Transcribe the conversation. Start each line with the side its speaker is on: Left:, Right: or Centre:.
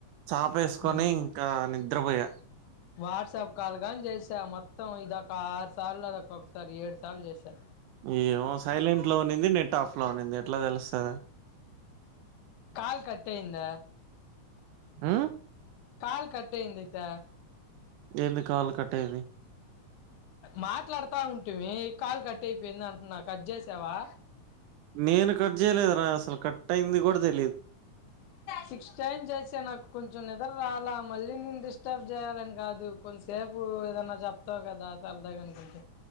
Right: చాప వేసుకొని
Left: మ్
Right: ఇంకా నిద్రపోయ
Left: వాట్సాప్ కాల్ గాని చేసా మొత్తం ఇదక ఆరు సార్లు అదోకొసారి ఏడు సార్లు చేసా
Right: ఏమో సైలెంట్ లో ఉనింది నెట్ ఆఫ్ లో ఉనింది ఎట్లా తెలుస్తదా
Left: కాల్ కట్టయింద
Right: ఆ
Left: కాల్ కటైందిటా
Right: ఎందు కాలు కటైంది
Left: మాట్లాడుతా ఉంటువి కాలు కట్ అయిపోయింది అంటున్నా కట్ చేసావా
Right: నేను కట్చేయలేదురా అసలు కట్టైంది కూడా తే
Left: సిక్స్ టైన్ చేసా నాకు కొంచెం నిద్ర రాలా మళ్ళీ నేను డిస్టర్బ్ చేయాలని కాదు కొంచెం సే నువ్వు ఏదన్నా చెప్తావు కదా తరదాగ గుంట